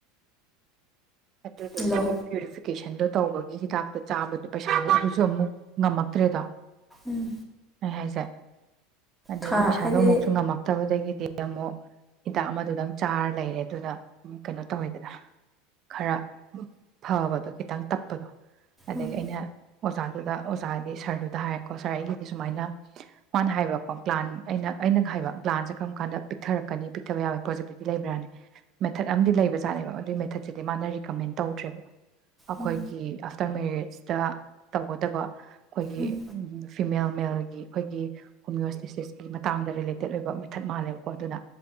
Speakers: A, on the right; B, in the centre.
A: ꯑꯗꯨꯗꯨꯒꯤ
B: ꯍꯜꯂꯣ
A: ꯄ꯭ꯨꯔꯤꯐꯤꯀꯦꯁꯟꯗꯣ ꯇꯧꯕꯒꯤ ꯍꯤꯗꯥꯛꯇ ꯆꯥꯕꯗꯨ ꯄꯩꯁꯥꯒꯤ ꯑꯗꯨꯁꯨ ꯑꯃꯨꯛ ꯉꯝꯃꯛꯇ꯭ꯔꯦꯗꯣ
B: ꯎꯝ
A: ꯑꯩ ꯍꯥꯏꯁꯦ ꯑꯗꯩꯗꯤ
B: ꯊꯥ
A: ꯄꯩꯁꯥꯗꯣ
B: ꯍꯥꯏꯗꯤ
A: ꯑꯃꯨꯛꯁꯨ ꯉꯝꯃꯛꯇꯕꯗꯒꯤꯗꯤ ꯑꯃꯨꯛ ꯍꯤꯗꯥꯛ ꯑꯃꯗꯨꯗꯪ ꯆꯥꯔ ꯂꯩꯔꯦ ꯑꯗꯨꯅ ꯀꯩꯅꯣ ꯇꯧꯋꯦꯗꯅ ꯈꯔ ꯐꯕꯗꯣ ꯈꯤꯇꯪ ꯇꯞꯄꯗꯣ ꯑꯗꯒꯤ
B: ꯑꯃꯨꯛ
A: ꯑꯩꯅ ꯑꯣꯖꯥ ꯑꯗꯨꯗ ꯑꯣꯖꯥꯗꯤ ꯁꯥꯔꯗꯨꯗ ꯍꯥꯏꯔꯦꯀꯣ ꯁꯥꯔ ꯑꯩꯒꯤꯗꯤ ꯁꯨꯃꯥꯏꯅ ꯃꯥꯅ ꯍꯥꯏꯕꯀꯣ ꯒ꯭ꯂꯥꯟ ꯑꯩꯅ ꯑꯩꯅ ꯍꯥꯏꯕ ꯒ꯭ꯂꯥꯟꯁꯦ ꯀꯔꯝ ꯀꯥꯟꯗ ꯄꯤꯛꯊꯔꯛꯀꯅꯤ ꯄꯤꯛꯊꯕ ꯌꯥꯕꯣꯏ ꯄꯣꯖꯤꯕꯤꯂꯤꯇꯤ ꯂꯩꯕ꯭ꯔꯥꯅꯤ ꯃꯦꯊꯠ ꯑꯃꯗꯤ ꯂꯩꯕꯖꯥꯠꯅꯦꯕ ꯑꯗꯨꯏ ꯃꯦꯊꯠ ꯁꯤꯗꯤ ꯃꯥꯅ ꯔꯤꯀꯃꯦꯟ ꯇꯧꯗ꯭ꯔꯦꯕ ꯑꯈꯣꯏꯒꯤ
B: ꯎꯝ
A: ꯑꯥꯐꯇꯔ ꯃꯦꯔꯦꯖꯇ ꯇꯧꯒꯗꯕ ꯑꯩꯈꯣꯏꯒꯤ
B: ꯎꯝ ꯎꯝ
A: ꯐꯤꯃꯦꯜ ꯃꯦꯜꯒꯤ ꯑꯩꯈꯣꯏꯒꯤ ꯍꯣꯃꯤꯌꯣꯁꯇꯦꯁꯤꯁꯀꯤ ꯃꯇꯥꯡꯗ ꯔꯤꯂꯦꯇꯦꯠ ꯑꯣꯏꯕ ꯃꯦꯊꯠ ꯃꯥꯜꯂꯦꯕꯀꯣ ꯑꯗꯨꯅ